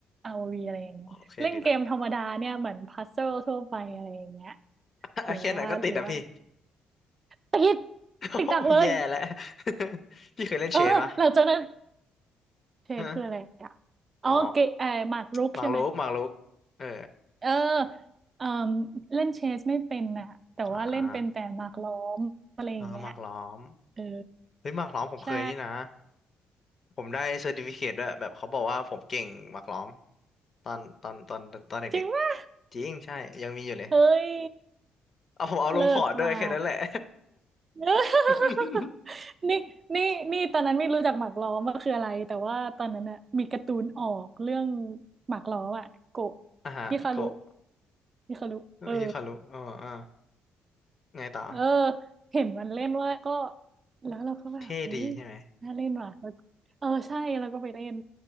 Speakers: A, on the right; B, on the left.
A: r o ีอะไรอย่างเงี้ยเล่นเกมธรรมดาเนี่ยเหมือนพัซเซิลทั่วไปอะไรอย่างเงี้ย
B: โอเคดีละ <laughs>
A: หรือว่าหรือว่า
B: แค่นั้นก็ติดอะพี่
A: ติด
B: <laughs>
A: ติดดักเลย
B: โอ้แย่แล้ว <laughs> พี่เคยเล่นเชดปะ
A: เออหลังจากนั้นเทคืออะไรอ่ะ
B: ฮะ
A: อ๋อเกเออหมากรุกใช่ไหม
B: อ๋อหมากรุกหมากรุกเออ
A: เออเออเล่นเชสไม่เป็นน่ะแต่ว่าเล่นเป็นแต่หมากล้อมอะไรอย่างเงี้ย
B: อ่า อ่าหมากล้อม
A: เออ
B: เฮ้ยหมากล้อมผมเคยนี่นะ
A: ใช่
B: ผมได้เซอร์ติฟิเคตด้วยแบบเขาบอกว่าผมเก่งหมากล้อมตอนตอนตอนตอนตอนเด็กๆจริงใช่ยังมีอยู่เลย
A: จริงว่าเฮ้ย
B: เอาผมเอาลงพอร์ตด้วยแค่นั้นแหละ
A: เลิศมาเออ <laughs>
B: <laughs>
A: นี่นี่นี่ตอนนั้นไม่รู้จักหมากล้อมว่าคืออะไรแต่ว่าตอนนั้นน่ะมีการ์ตูนออกเรื่องหมากล้อมอะโกะ
B: อ่าฮะโกะ
A: ฮิคารุฮิคารุเออ
B: ฮิคารุอ๋ออ่าไงต่อ
A: เออเห็นมันเล่นเว่าก็แล้วเราก็แบบเฮ้ย
B: เท่ดีใช่ไหม
A: น่าเล่นว่ะแล้วเออใช่แล้วก็ไปเล่น